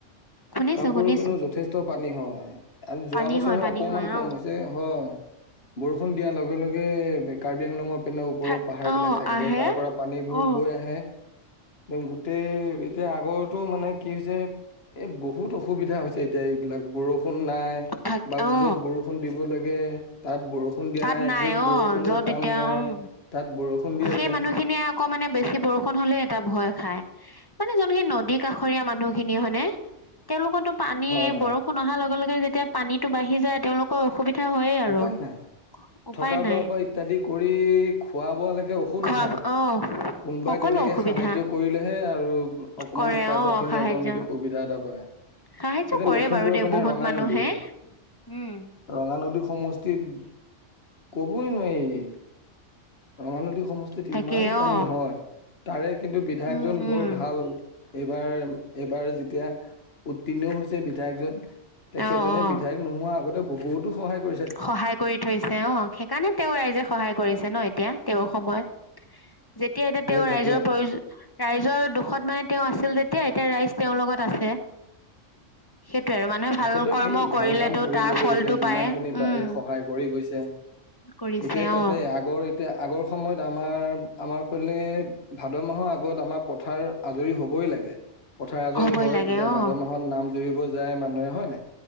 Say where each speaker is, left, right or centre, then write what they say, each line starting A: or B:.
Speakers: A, on the left; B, on the left.
A: শুনিছো
B: কামপুৰৰ
A: শুনিছো
B: পিনেও যথেষ্ট পানী হয়। আজি যোৱা
A: পানী
B: বছৰহে
A: হয় পানী
B: অকমান
A: হয়
B: কম
A: অ
B: হৈছে হয়, বৰষুণ দিয়াৰ লগে লগে কাৰ্বি আংলংক পিনে ওপৰৰ
A: থাক
B: পাহাৰ
A: অ
B: বিলাক থাকে
A: আহে
B: যে, তাৰ পৰা পানীবোৰ
A: অ
B: বৈ আহে। এই, গোটেই এতিয়া আগৰতো মানে কি হৈছে এ বহুত অসুবিধা হৈছে এতিয়া এইবিলাক বৰষূণ বৰষুণ নাই,
A: থাক
B: <unintelligible>
A: অ
B: য'ত বৰষুণ দিব লাগে তাত বৰষুণ দিয়া
A: তাত নাই
B: য'ত
A: অ',
B: বৰষুণৰ
A: য'ত
B: কাম
A: এতিয়া
B: নাই
A: উম,
B: তাত বৰষুণ দি
A: সেই
B: আছে
A: মানুহখিনিয়ে আকৌ মানে বেছি বৰষুণ হ'লে এটা ভয় খাই! মানে জোনখিনি নদী কাষৰীয়া মানুহ খিনি হয়নে, তেওঁলোকৰতো পানী,
B: হয় হয়
A: বৰষুণ অহাৰ লগে-লগে যেতি তিয়া পানীটো বাঢ়ি যায়, তেওঁলোকৰ অসুবিধা হয়েই আৰু
B: উপায় নাই
A: উপায়
B: থকা
A: নাই
B: বোৱাৰ পৰা ইত্যাদি কৰি খোৱা বোৱা লাগে অসুবিধাই
A: খোৱা অ
B: কোনোবাই
A: সকলো
B: তেনেকে
A: অসুবিধা
B: সাহায্য কৰিলেহে আৰু অকমান
A: কৰে
B: খোৱা
A: অ
B: বোৱা খিনি
A: সাহায্য
B: অকমান যদি সুবিধা এটা পায়।
A: সাহায্য
B: এতিয়া
A: কৰে
B: লখিমপুৰৰ
A: বাৰু দে
B: পিনে
A: বহুত
B: ৰঙা
A: মানুহে
B: নদী
A: উম।
B: ৰঙা নদী সমষ্টিত কবই নোৱাৰি ৰঙা নদী সমষ্টিত
A: তাকেই
B: ইমান পানী
A: অ
B: হয় তাৰে কিন্তু বিধায়কজন
A: উম
B: বৰ
A: উম
B: ভাল। এইবাৰ এইবাৰ যেতিয়া উত্তীৰ্ণও হৈছে বিধায়কজন। তেখেতজনে
A: অ অ
B: বিধায়ক নোহোৱা আগতে বহুতো সহায় কৰিব।
A: সহায় কৰি থৈছে অ' সেইকাৰণে তেওঁ ৰাইজে সহায় কৰিছে ন এতিয়া। তেওঁৰ সময়ত যেতিয়া এতিয়া তেওঁ
B: এই তাকে
A: ৰাইজৰ প্ৰয়ো ৰাইজৰ দুখত মানে তেওঁ আছিল যে তেতিয়া এতিয়া ৰাইজ তেওঁৰ লগত আছে। সেইটোয়ে আৰু মানুহে
B: তেখেতে
A: ভাল কৰ্ম
B: সেই
A: কৰিলেতো
B: ভাল কাম কৰি
A: তাৰ
B: গৈছে
A: ফলটো
B: এতিয়া যিমান
A: পায়।
B: খিনি পাৰে
A: উম
B: সহায় কৰি গৈছে,
A: কৰিছে
B: এতিয়া তাতে
A: অ
B: আগৰ এতিয়া আগৰ সময়ত আমাৰ আমাৰ ফালে ভাদ মাহৰ আগত আমাৰ পথাৰ আজৰি হ'বই লাগে। পথাৰ আজৰি
A: হ'বই
B: হয়,
A: লাগে
B: তেতিয়া
A: অ
B: ভাদ মাহত নাম জুৰিব যায় মা নুহে হয় নাই,